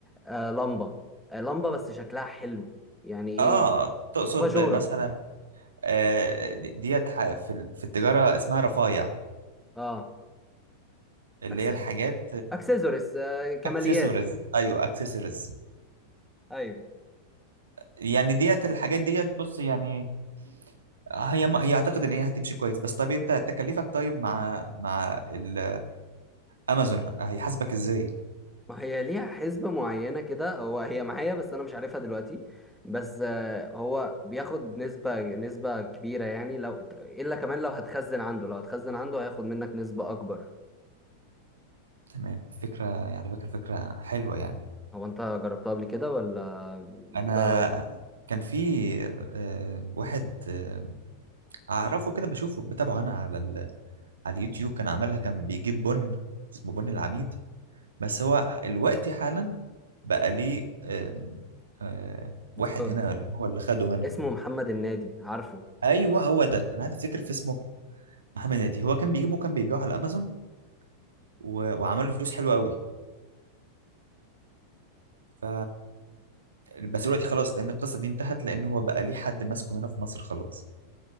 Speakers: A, in the centre; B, on the right.
A: آه لمبة آه لمبة بس شكلها حلو يعني ايه
B: اه تقصد
A: اباجورة
B: مثلا آه دي- ديت ح- في ال- في التجاره اسمها رفايع
A: اه
B: اللي
A: أكس...
B: هي الحاجات
A: اكسسوارز آه كماليات
B: الاكسسوارز ايوه اكسسوارز
A: ايوه
B: يعني ديت الحاجات ديت بص يعني هي هي اعتقد ان هي هتمشي كويس بس طب انت تكلفك طيب مع مع ال- امازون هيحاسبك ازاي
A: ما هي ليها حسبة معينة كده هو هي معايا بس انا مش عارفها دلوقتي بس آه هو بياخد نسبة نسبة كبيرة يعني لو الا كمان لو هتخزن عنده لو هتخزن عنده هياخد منك نسبة اكبر
B: تمام فكرة يعني على فكرة فكرة حلوة يعني
A: هو انت جربتها قبل كده ولا
B: أنا
A: ده رايك
B: كان في آه، واحد آه، أعرفه كده بشوفه بتابعه أنا على ال... على اليوتيوب كان عملها كان بيجيب بن اسمه بن العميد بس هو الوقت حالا بقى ليه آم، آه،
A: مستورد
B: واحد هنا اللي هو اللي خده هنا
A: اسمه محمد النادي عارفه
B: أيوه هو ده أنا قاعد أفتكر في اسمه محمد نادي هو كان بيجيبه كان بيبيعه على أمازون و... وعمل له فلوس حلوة قوي ف بس دلوقتي خلاص لان القصه دي انتهت لان هو بقى ليه حد ماسكه هنا في مصر خلاص